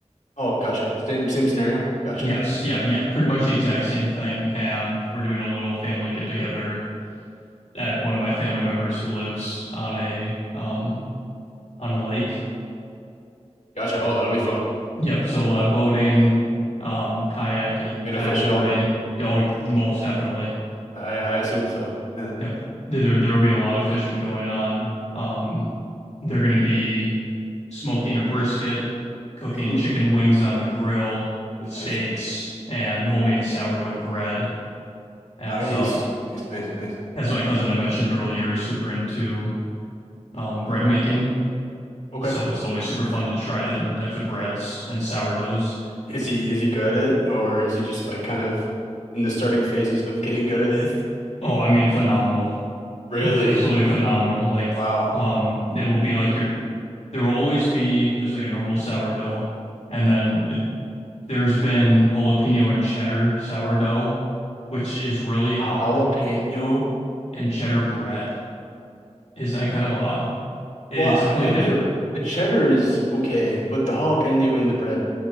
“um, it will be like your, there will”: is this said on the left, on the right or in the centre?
Left